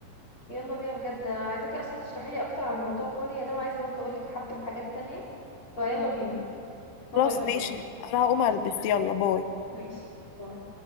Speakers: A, on the left; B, on the left.
A: يلا بينا بجد انا عايزاكي اصلا تشرحي لي اكتر عن موضوع كوريا ده وعايزه برضه اقول لك حبه حاجات تانية فيلا بينا هما
B: خلاص
A: البس
B: ماشي
A: اهو
B: انا هقوم البس يلا باي
A: ماشي باي.